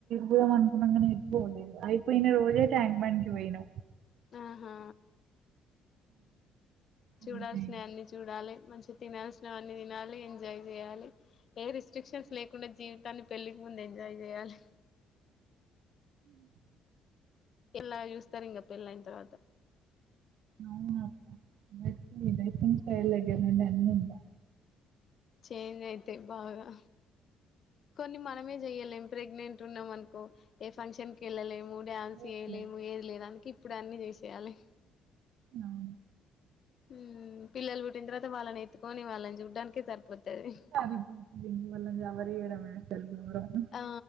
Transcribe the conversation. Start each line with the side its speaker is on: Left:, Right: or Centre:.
Right: పొదాం అనుకున్నం గాని పోలేదు. అయిపోయిన రోజే ట్యాంక్ బండ్ కి పోయినా.
Left: ఆహా చూడాల్సిన
Right: అంతే
Left: అన్ని చూడాలి. మంచి తినాల్సిన అవన్నీ తినాలి. ఎంజాయ్ చేయాలి. ఏ రిస్ట్రిక్షన్స్ లేకుండా జీవి అన్ని పెళ్ళికి ముందు ఎంజాయ్ చేయాలి. ఎలా చూస్తరింగ పెళ్ళైన తర్వాత
Right: అవునక్క డైటింగ్ డైటింగ్ స్టైల్ దగ్గర్నుండి అన్నుందా
Left: చేంజ్ అయితై బాగా కొన్ని మనమే జేయ్యలేం ప్రెగ్నెంట్ ఉన్నామనుకో ఏ ఫంక్షన్ కి వెళ్ళలేము. డ్యాన్స్ చేయలేము.
Right: ఎట్లనే
Left: ఏది లేదు అందుకే ఇప్పుడు అన్ని చేసేయాలి.
Right: అవును
Left: హుమ్మ్ పిల్లలు పుట్టిన తరవాత వాళ్ళనే తుకొని వాళ్ళని చూడ్డానికే సరిపోతది
Right: సరిపోతుంది వాళ్ళని ఎవరు చేయడం అసలు ఘోరం
Left: ఆ